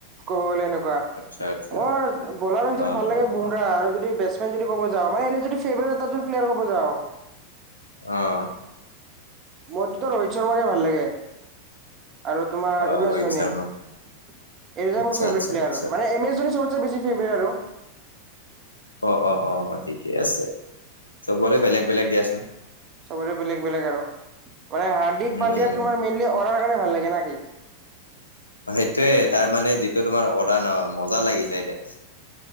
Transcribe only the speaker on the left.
আচ্ছা আচ্ছা
অ',
অহ।
অ',
ৰোহিত
শৰ্মা
আচ্ছা
আচ্ছা
আচ্ছা
অ। অ। অ। ঠিকে আছে। চবৰে
বেলেগ- বেলেগ দিয়াচোন।
উম।
অ সেইটোয়ে। তাৰ মানে যিটো তোমাৰ অৰা ন, মজা লাগি যায় দে।